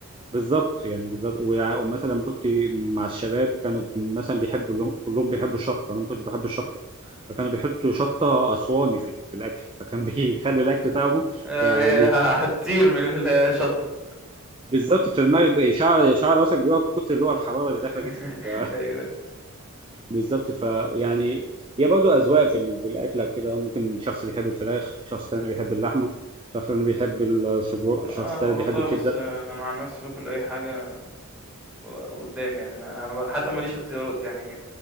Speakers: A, on the right; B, in the centre.
A: بالظبط يعني بالظبط ويع- ومثلا كنت مع الشباب كانوا مثلا بيحبوا اللو- كلهم بيحبوا الشطه انا ما كنتش بحب الشطه فكانوا بيحطوا شطه اسواني في, ال- في الاكل فكان <laughs> بيخلي الاكل طعمه
B: آآ
A: يعني
B: هي <laughs> ه هتطير من الشطة.
A: بالظبط انت دماغك بقى- شعر شعر راسك بيقف من كتر اللي هو الحراره
B: <laughs>
A: اللي داخله جسمك <laughs> ف-
B: أيوه، أيوه.
A: بالظبط فيعني هي برضه اذواق في, ال- في الاكله وكده ممكن شخص بيحب الفراخ شخص تاني بيحب اللحمه شخص تاني بيحب السجق
B: آه
A: شخص تاني بيحب
B: والله
A: الكبده
B: بُص، آه، أنا عن نفسي باكل أي حاجة ق قدّامي يعني ما ما حتى ما ليش اختيارات، يعني